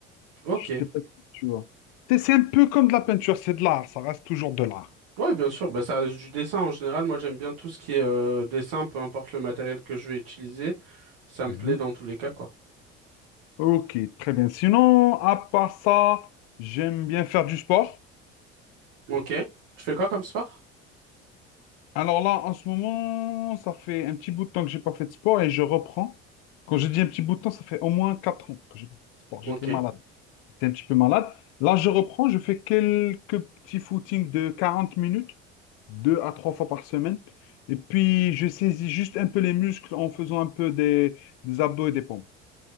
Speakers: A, on the right; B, on the left.
A: Ok.
B: Je sais pas si tu vois. C'est c'est un peu comme de la peinture, c'est de l'art, ça reste toujours de l'art.
A: Ouais, bien sûr, bah ça reste du dessin en général. Moi, j'aime bien tout ce qui est euh, dessin, peu importe le matériel que je vais utiliser. Ça me
B: Mhm.
A: plaît dans tous les cas, quoi.
B: Ok, très bien. Sinon, à part ça, j'aime bien faire du sport.
A: Ok. Tu fais quoi comme sport?
B: Alors là, en ce moment, ça fait un petit bout de temps que j'ai pas fait de sport et je reprends. Quand je dis un petit bout de temps, ça fait au moins 4 ans que j'ai pas fait de sport. J'étais
A: Ok.
B: malade. J'étais un petit peu malade. Là, je reprends. Je fais quelques petits footings de 40 minutes, deux à trois fois par semaine. Et puis, je saisis juste un peu les muscles en faisant un peu des, des abdos et des pompes.